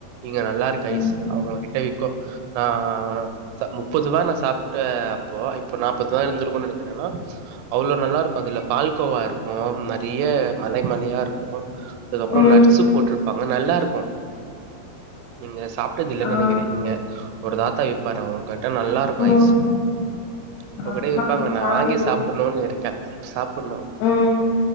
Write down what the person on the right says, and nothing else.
இங்க நல்லாருக் ஐசு
அவுங்ககிட்ட விக்கு நா த முப்பதுவா நா சாப்ட்ட அப்போ இப்போ நாப்பதுவா இந்துருக்கு நெனக்கிற ஏனா அவ்ளோ நல்லாருக்கு அதுல பால்கோவாருக்கு நெறிய மலய் மலயா இருக்கு அதுக்கப்றோ
நட்ஸு போட்ருப்பாங்க நல்லாருக்கு நீங்க சாப்ட்டதில்லன்
நெனைக்கிறே இங்க ஒரு தாத்தா விப்பாரு அவுரு கர்ட்டா நல்லார் டுக்
ஐஸ் இப்பக்கூட
விப்பாங்க நா
வாங்கி சாப்புனூன் இருக்கே சாப்புன்னு